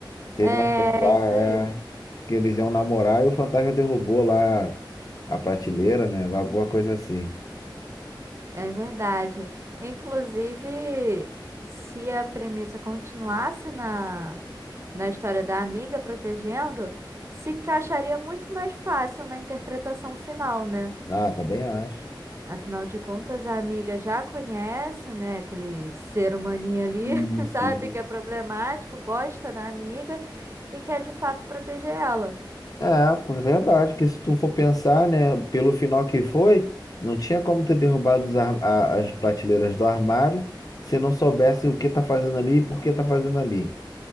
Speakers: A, on the left; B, on the right.
A: Teve
B: é
A: uma vez lá,
B: isso
A: é,
B: aí.
A: que eles iam namorar e o fantasma derrubou lá a prateleira, né? Alguma coisa assim.
B: É verdade. Inclusive, se a premissa continuasse na, na história da amiga protegendo, se encaixaria muito mais fácil na interpretação final, né?
A: Ah, também acho.
B: Afinal de contas, a amiga já conhece, né, aquele ser humaninho ali,
A: Isso,
B: <laughs> sabe
A: isso.
B: que é problemático, gosta da amiga e quer de fato proteger ela.
A: É, pô, é verdade, porque se tu for pensar, né, pelo final que foi, não tinha como ter derrubado os ar- a- as prateleiras do armário se não soubesse o que tá fazendo ali e por que tá fazendo ali.